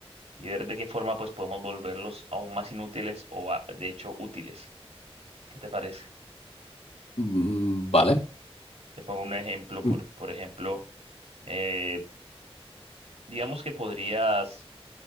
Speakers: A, on the right; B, on the left.
A: y ver de qué forma pues podemos volverlos aún más inútiles o a- de hecho útiles. ¿Qué te parece?
B: Mm, vale.
A: Te pongo un ejemplo. Por,
B: Mm,
A: por ejemplo, eh, digamos que podrías